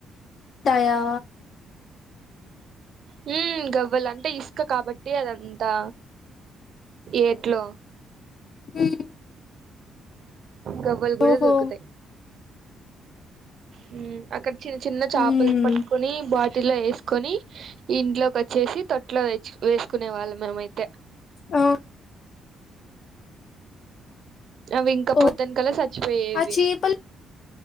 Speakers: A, on the left (about 60°); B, on the right (about 60°).
A: ఉంటాయా.
B: హ్మ్ గవ్వలు అంటే ఇసుక కాబట్టి అదంతా ఏట్లో.
A: హ్మ్
B: గవ్వలు కూడా
A: ఓహో
B: దొరుకుతాయి, హ్మ్ అక్కడ. చిన్న చిన్న చేపలు
A: ఉమ్
B: పట్టుకుని బాటి. ఇందులో వేసుకొని ఇంట్లోకి వచ్చేసి తొట్లో తెచ్చి వేసుకునే వాళ్ళం మేమైతే.
A: ఆ
B: అవి ఇంకా
A: ఓ
B: పొద్దునికలా చచ్చిపోయేవి.
A: ఆ చేపలు